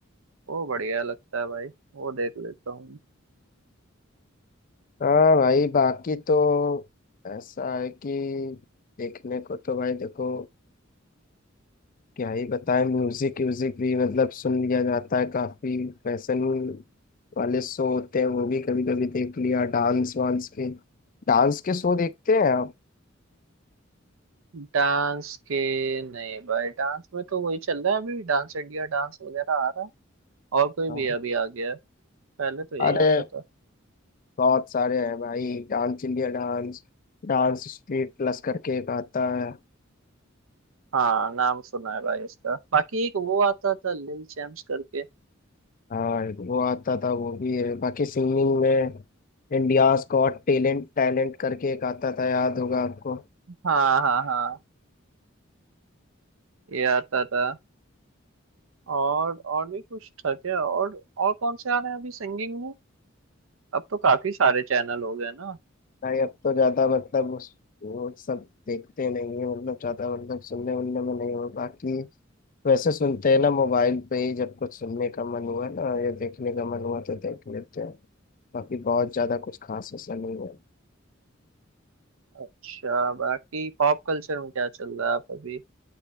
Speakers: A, on the right; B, on the left.
A: वो बढ़िया लगता है भाई वो देख लेता हूँ
B: हाँ भाई बाकी तो ऐसा है कि देखने को तो भाई देखो क्या ही बताएं म्यूजिक व्यूजिक भी मतलब सुन लिया जाता है काफी फैशन वाले शो होते हैं वो भी कभी कभी देख लिया डांस वांस के डांस के शो देखते हैं आप
A: डांस के नहीं भाई डांस में तो वही चल रहा है अभी डांस इंडिया डांस वगैरह आ रहा है और कोई
B: हाँ।
A: भी अभी आ गया है पहले तो यही
B: अरे
A: आता था
B: बहुत सारे हैं भाई dance India dance dance street plus करके एक आता है
A: हाँ नाम सुना है भाई उसका बाकी एक वो आता था लिल चैम्प्स करके
B: हाँ वो आता था वो भी है बाकी सिंगिंग में इंडियाज गॉट टैलेंट टैलेंट करके एक आता था याद होगा आपको
A: हाँ हाँ हाँ ये आता था और और भी कुछ था क्या और और कौन से आ रहे हैं अभी सिंगिंग में अब तो काफी सारे चैनल हो गए ना
B: भाई अब तो ज्यादा मतलब उस वो सब देखते नहीं है मतलब ज्यादा मतलब सुनने उनने में नहीं हो बाकी वैसे सुनते हैं ना मोबाइल पे ही जब कुछ सुनने का मन हुआ ना या देखने का मन हुआ तो देख लेते हैं बाकी बहुत ज्यादा कुछ खास ऐसा नहीं है
A: अच्छा बाकी पॉप कल्चर में क्या चल रहा है आप अभी